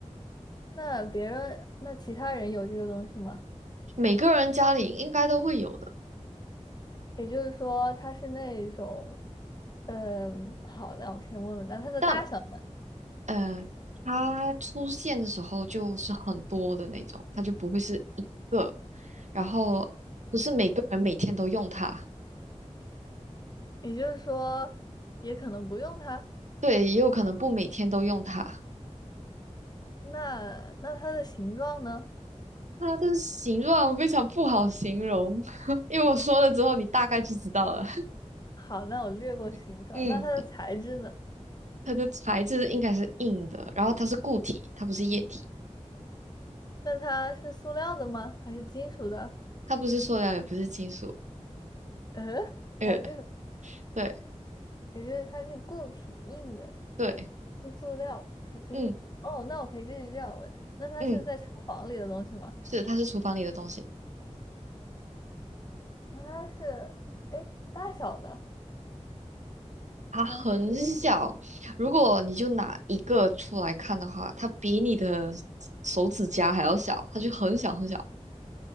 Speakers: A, on the left; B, on the right.
A: 那别人，那其他人有这个东西吗？
B: <laughs> 每个人家里应该都会有的。
A: 也就是说，它是那种，嗯，好，那我先问问，那它的大小呢？
B: 但呃，它出现的时候就是很多的那种，它就不会是一个，然后不是每个人每天都用它，
A: 也就是说，也可能不用它。
B: 对，也有可能不每天都用它。
A: 那那它的形状呢？
B: 它的形状非常不好形容，<laughs> 因为我说了之后，你大概就知道了。
A: 好，那我略过形状。
B: <laughs> 嗯，
A: 那它的材质呢？
B: 它的材质应该是硬的，然后它是固体，它不是液体，
A: 那它是塑料的吗？还是金属的？
B: 它不是塑料，也不是金属。
A: 呃，还有这种，
B: 呃，对
A: 也就是它是固体硬的。
B: 对，
A: 是塑料，是金属。
B: 嗯
A: 哦，那我可以继续这样问，那它是在厨房里的东西吗？
B: 嗯，是，它是厨房里的东西，
A: 那它是，哎，大小呢？
B: 它很小。
A: 我刚刚是不是问过了来着
B: 如果你就拿一个出来看的话，它比你的手指甲还要小，它就很小很小。